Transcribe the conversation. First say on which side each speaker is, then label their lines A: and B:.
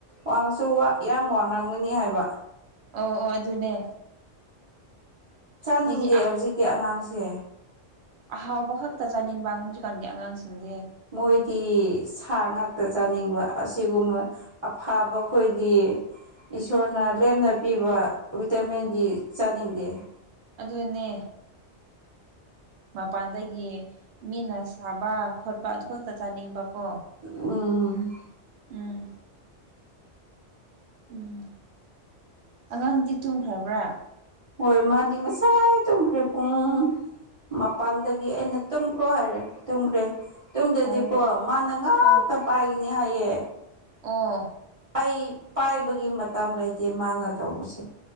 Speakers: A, on the right (about 35°); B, on the right (about 70°).
A: ꯋꯥꯡꯁꯨ ꯋꯥ ꯌꯥꯝ ꯋꯥꯡꯉꯝꯒꯅꯤ ꯍꯥꯏꯕ꯫
B: ꯑꯣ ꯑꯣ ꯑꯗꯨꯅꯦ꯫
A: ꯆꯥꯅꯤꯡꯗꯦ
B: ꯃꯣꯏꯗꯤ ꯑ
A: ꯍꯧꯖꯤꯛꯀꯤ ꯑꯉꯥꯡꯁꯦ꯫
B: ꯑꯍꯥꯎꯕ ꯈꯛꯇ ꯆꯥꯅꯤꯡꯕ ꯍꯧꯖꯤꯛꯀꯥꯟꯒꯤ ꯑꯉꯥꯡꯁꯤꯡꯗꯤ꯫
A: ꯃꯣꯏꯗꯤ ꯁꯥ ꯉꯥꯛꯇ ꯆꯥꯅꯤꯡꯕ ꯑꯁꯤꯒꯨꯝꯕ ꯑꯐꯥꯕ ꯈꯣꯏꯗꯤ꯫ ꯏꯁꯣꯔꯅ ꯂꯦꯝꯅ ꯄꯤꯕ ꯕꯤꯇꯥꯃꯤꯟꯗꯤ ꯆꯥꯅꯤꯡꯗꯦ
B: ꯑꯗꯨꯅꯦ ꯃꯄꯥꯟꯗꯒꯤ꯫ ꯃꯤꯅ ꯁꯥꯕ ꯈꯣꯠꯄ ꯑꯗꯨ ꯈꯛꯇ ꯆꯥꯅꯤꯡꯕ ꯀꯣ꯫
A: ꯎꯝ꯫
B: ꯎꯝ꯫ ꯎꯝ ꯑꯉꯥꯡꯗꯤ ꯇꯨꯝꯈ꯭ꯔꯕ꯭ꯔꯥ꯫
A: ꯍꯣꯏ ꯃꯥꯗꯤ ꯉꯁꯥꯏ ꯇꯨꯝꯈ꯭ꯔꯦ ꯄꯨꯡ ꯃꯄꯟꯗꯒꯤ ꯑꯩꯅ ꯇꯨꯝꯈ꯭ꯔꯣ ꯍꯥꯏꯔꯦ ꯇꯨꯝꯈ꯭ꯔꯦ ꯌꯨꯝꯗꯗꯤꯀꯣ
B: ꯑꯣ
A: ꯃꯥꯅ ꯉꯥꯛꯇ
B: ꯑꯣ
A: ꯄꯥꯏꯒꯅꯤ ꯍꯥꯏꯌꯦ
B: ꯑꯣ
A: ꯑꯩ ꯄꯥꯏꯕꯒꯤ ꯃꯇꯝ ꯂꯩꯇꯦ ꯃꯥꯅ ꯇꯧꯕꯁꯦ